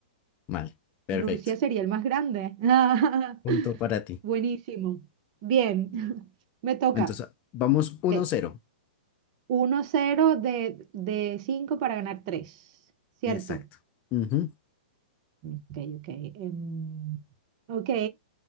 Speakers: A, on the left; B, on the right.
A: Vale, perfecto.
B: Rusia sería el más grande. <laughs>
A: Punto para ti.
B: Buenísimo. Bien, <laughs> me toca.
A: Entonces, vamos uno
B: Ok.
A: cero
B: uno cero de, de 5 para ganar tres ¿cierto?
A: Exacto. Ujú.
B: Ok, ok. em, ok,